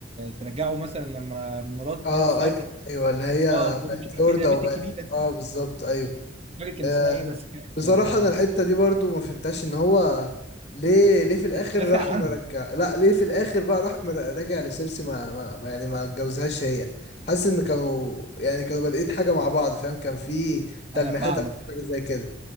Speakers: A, on the right (about 35°); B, on the left (about 40°).
A: ترجعه مثلا لما مرات
B: اه
A: نيد ستارك
B: ايوه ايوه اللي هي
A: اه خدوا
B: بقت
A: مش عارف
B: لوردة
A: ايه اللي هي البت
B: وبقت
A: الكبيره دي
B: اه بالظبط ايوه
A: مش فاكر كان
B: آه،
A: اسمها ايه بس كانت
B: بصراحة
A: آه،
B: انا الحتة دي برضو ما فهمتهاش ان هو ليه ليه في الاخر
A: دافع
B: راح
A: عنها
B: مرجع لا ليه في الاخر بقى راح مر- راجع لسيرسي ما, ما ما- يعني ما اتجوزهاش هي حاسس ان كانوا يعني كانوا بادئين حاجة مع بعض فاهم كان في تلميحات
A: انا فاهمك
B: او في حاجة زي كده